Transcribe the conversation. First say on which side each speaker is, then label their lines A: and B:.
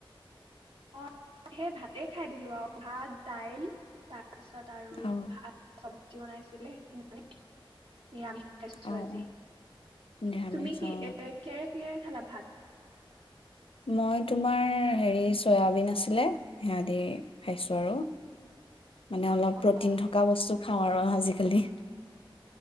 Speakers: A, on the right (about 70°); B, on the left (about 75°).
A: অ সেই ভাতে খাই দিলো আৰু ভাত দাইল তাৰপিছত আৰু
B: অ
A: ভাল চব্জি বনাইছিলে সিমানে নিৰামিষ খাইছো
B: অ
A: আজি।
B: অ নিৰামিষ
A: তুমি কি
B: অ
A: কিহেৰে কিহেৰে খালা ভাত?
B: মই তোমাৰ হেৰি চয়াবিন আছিলে হেয়া দি খাইছোঁ আৰু। মানে অলপ
A: অ',
B: প্ৰটিন থকা বস্তু খাওঁ আৰু আজিকালি।